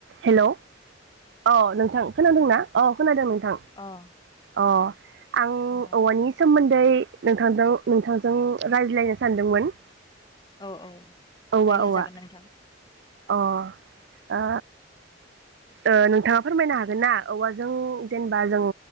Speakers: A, on the right; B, on the left.
A: Hello अ नोंथां खोनादोंना? अ खोनादों नोंथां
B: अ खोनादों
A: अ आं
B: अ
A: औवानि सोमोन्दै नोंथां जों नोंथांजों रायज्लायनो सानदोंमोन
B: औ औ
A: औवा
B: रायलायजागोन
A: औवा
B: नोंथां
A: अ ओ ओ नोंथाङा फोरमायनो हागोन ना औवाजों जेनेबा जों